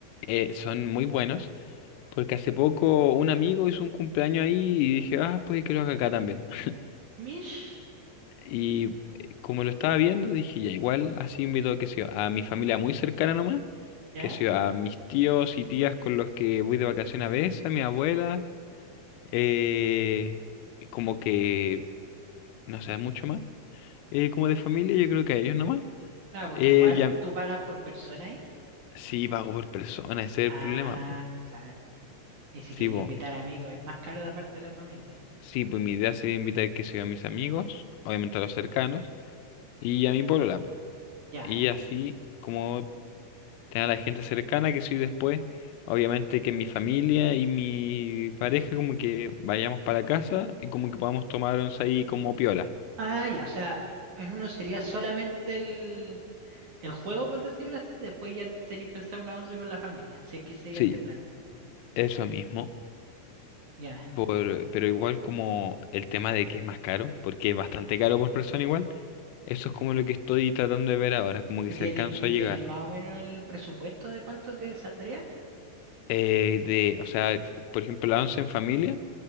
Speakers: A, on the left; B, on the right.
A: eh, son muy buenos, porque hace poco un amigo hizo un cumpleaños ahí y dije, ah, pues que lo haga acá también. <laughs>
B: ¿Mish?
A: Y eh, como lo estaba viendo, dije, ya igual, así invito qué sé yo, a mi familia muy cercana nomás,
B: ¿Ya?
A: que sea a mis tíos y tías con los que voy de vacaciones a veces, a mi abuela, eh, como que, no sé, mucho más, eh, como de familia, yo creo que a ellos nomás.
B: Claro, porque
A: Eh,
B: igual
A: ya,
B: tú pagas por persona ahí.
A: Sí, pago por persona, ese
B: Ah,
A: es el problema, po.
B: claro. Y si
A: Sí,
B: quería
A: po.
B: invitar amigos, es más caro de parte de la familia.
A: Sí, pues mi idea sería invitar que sea a mis amigos, obviamente a los cercanos, y a mi polola, po.
B: Ya.
A: Y así como tener a la gente cercana que soy después, obviamente que mi familia y mi pareja como que vayamos para casa y como que podamos tomarnos ahí como piola.
B: Ah, ya, o sea, en uno sería solamente el, el juego, por decirlo así. Después ya tenéis pensado una once con la familia, si es que sigue
A: Sí,
B: este plan.
A: eso mismo.
B: Ya.
A: Por, pero igual como el tema de que es más caro, porque es bastante caro por persona igual, eso es como lo que estoy tratando de ver ahora, como que
B: ¿Y
A: si
B: tiene,
A: alcanzo
B: y
A: a
B: tiene
A: llegar.
B: más o menos el presupuesto de cuánto te saldría?
A: eh, de, o sea, por ejemplo, la once en familia,